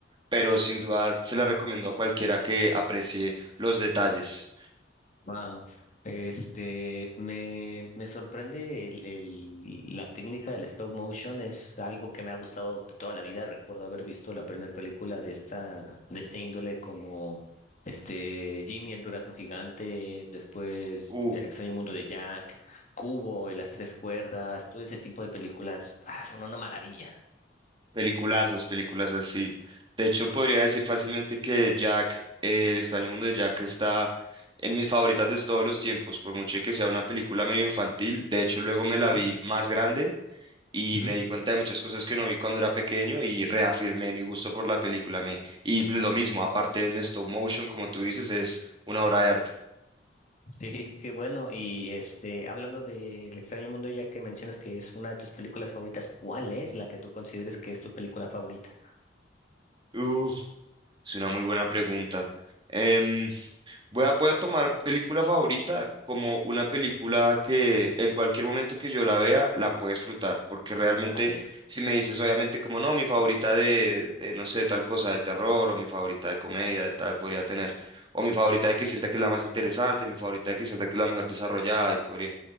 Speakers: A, on the right; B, on the left.
A: pero sin duda se la recomiendo a cualquiera que aprecie los detalles.
B: Wow. Este, me, me sorprende el, el- la técnica del stop motion, es algo que me ha gustado de toda la vida. Recuerdo haber visto la primera película de esta, de este índole como este Jimmy, el durazno gigante, después
A: Uh,
B: El extraño mundo de Jack, Cubo y las tres cuerdas, todo ese tipo de películas, ah, son una maravilla.
A: Peliculazas, peliculazas, sí. De hecho, podría decir fácilmente que Jack, eh, El extraño mundo de Jack está en mis favoritas de todos los tiempos, por mucho que sea una película medio infantil. De hecho, luego me
B: Ujú,
A: la vi más grande y
B: ujú.
A: me di cuenta de muchas cosas que no vi cuando era pequeño y reafirmé mi gusto por la película. Me... Y lo mismo, aparte en stop motion, como tú dices, es una obra de arte.
B: Sí, qué bueno. Y este, hablando de El extraño mundo, ya que mencionas que es una de tus películas favoritas, ¿cuál es la que tú consideres que es tu película favorita?
A: Uf. Es una muy buena pregunta. Em, Voy a, voy a tomar película favorita como una película que en cualquier momento que yo la vea la puedo disfrutar, porque realmente
B: Ok.
A: si me dices obviamente como no, mi favorita de, de no sé, tal cosa de terror o mi favorita de comedia de tal podría tener, o mi favorita de que sienta que es la más interesante, mi favorita de que sienta que es la mejor desarrollada y podría,